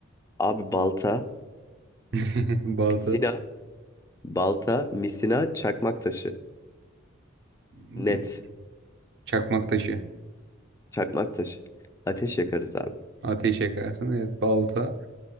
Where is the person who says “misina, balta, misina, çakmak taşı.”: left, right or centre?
Left